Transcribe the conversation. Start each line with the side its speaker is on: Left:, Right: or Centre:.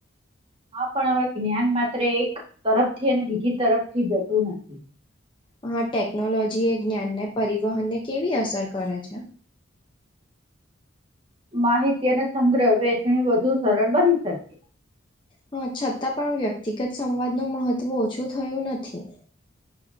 Right: હા પણ હવે જ્ઞાન માત્ર એક તરફથી અને બીજી તરફથી જતું નથી
Left: હા ટેકનોલોજી એ જ્ઞાનને પરિવહનને કેવી અસર કરે છે.
Right: માહિતી અને સંગ્રહ વેચણી વધુ સરળ બની શકે
Left: હા છતાં પણ વ્યક્તિગત સંવાદનું મહત્વ ઓછું થયું નથી.